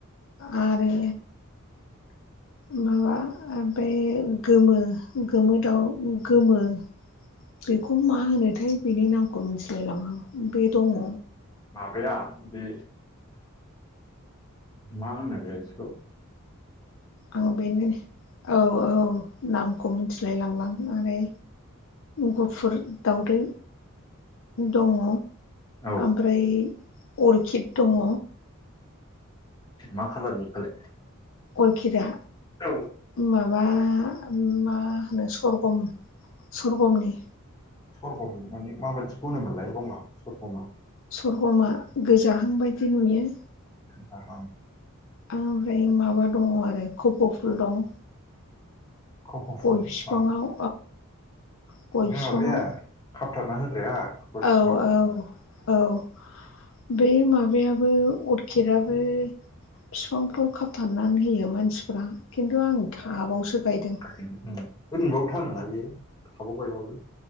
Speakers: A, on the left (about 65°); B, on the left (about 20°).
A: आरो माबा ओमफ्राय गोमो गोमो दाउ गोमो। बेखौ मा होनोथाय बेनि नामखौ मिथिलायलाङा बे दङ।
B: माबाया बे मा होनोथाय बिखौ
A: आं बेनो औ औ नामखौ मिथिलायलांला गुफुर दावदै दङ-
B: औ
A: ओमफ्राय अरखिड दङ।
B: मा खालारनि फालाय?
A: गरखिदा
B: औ
A: माबा मा होनो सरगम सवरगमनि
B: सरगम माने माबायदिखौ होननो मोनलाय रङा सरगमा?
A: सवरगमा गोजाहां बायदि नुयो।
B: <unintelligible>
A: ओमफ्राय माबा दङ आरो खफ' फुल दं
B: खफ'फुल
A: गय बिफाङाव
B: मा
A: औ गय
B: बे
A: बिफाङाव
B: माबाया खाबथना होग्राया खफ'
A: औ
B: सिङाव
A: औ औ बै माबायाबो अरखिदाबबो बिफांफ्राव खाबथारनानै होयो मानसिफ्रा खिन्थु आं टाबावसो गायदों
B: <unintelligible> ओैबाबो थाङो ना बेयो थाबावबायबाबो